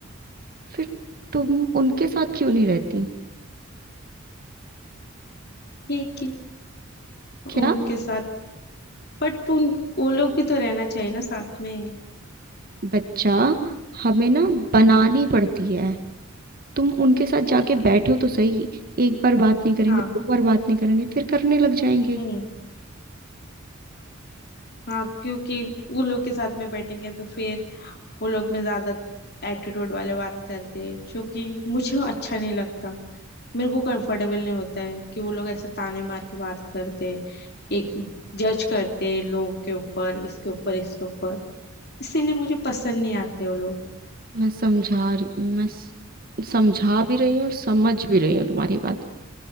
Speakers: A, on the right (about 45°); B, on the left (about 55°).
A: फिर तुम उनके साथ क्यों नहीं रहती
B: ठीक ही
A: क्या
B: उनके साथ बट उन वो लोग भी तो रहना चाहिए ना साथ में
A: बच्चा हमें ना बनानी
B: हम्म
A: पड़ती है तुम उनके साथ जाके बैठो तो सही एक बार बात नहीं करेंगे
B: हाँ
A: दो बार बात नहीं करेंगे फिर करने लग जाएंगे
B: हम्म हाँ क्योंकि वो लोग के साथ में बैठेंगे तो फिर वो लोग में ज्यादा एटीट्यूड वाले बात करते हैं जो कि मुझे अच्छा नहीं लगता मेरे को कंफर्टेबल नहीं होता है कि वो लोग ऐसे ताने मार के बात करते एक जज करते लोग के ऊपर इसके ऊपर इसके ऊपर इसीलिए मुझे पसंद नहीं आते वो लोग
A: मैं समझा रही मैं स- समझा
B: हम्म
A: भी रही हूँ और समझ भी रही हूँ तुम्हारी बात